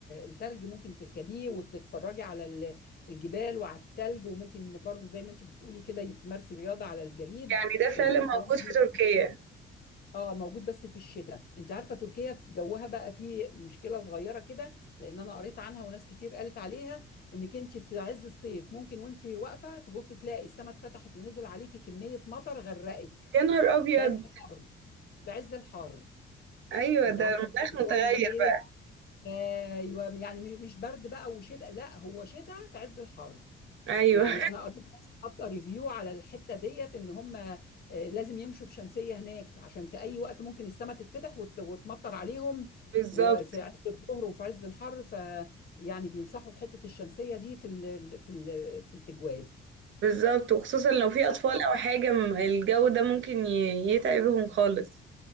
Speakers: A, on the left; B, on the right.
A: التلج ممكن تركبيه وتتفرجي على ال- الجبال وعلى التلج وممكن برضو زي ما انت بتقولي كده تمارسي رياضه على الجليد
B: يعني ده فعلا
A: إيه، الكلام
B: موجود
A: ده
B: في
A: بيبقى
B: تركيا
A: في الشتاء اه موجود بس في الشتاء انت عارفه تركيا في جوها بقى في مشكله صغيره كده لان انا قريت عنها وناس كتير قالت عليها انك انت في عز الصيف ممكن وانت واقفه تبص تلاقي السماء اتفتحت ونزل عليكي كميه مطر غرقك
B: يا نهار ابيض
A: في عز الحر في عز الحر
B: ايوه
A: انت
B: ده
A: عارفه
B: المناخ
A: اللي هو
B: متغير
A: الجو الايه
B: بقى
A: ايوه يعني مش برد بقى وشتاء لا هو شتاء في عز الحر
B: ايوه
A: يعني انا قريت ناس حاطه ريفيو على الحته ديت ان هم آه، لازم يمشوا بشمسيه هناك عشان في اي وقت ممكن السماء تتفتح وت- وتمطر عليهم
B: <laughs> بالظبط
A: وفي عز الظهر وفي عز الحر فيعني بينصحوا بحته الشمسيه دي في ال في ال في التجوال
B: بالظبط وخصوصا لو في اطفال او حاجه م- الجو ده ممكن ي- يتعبهم خالص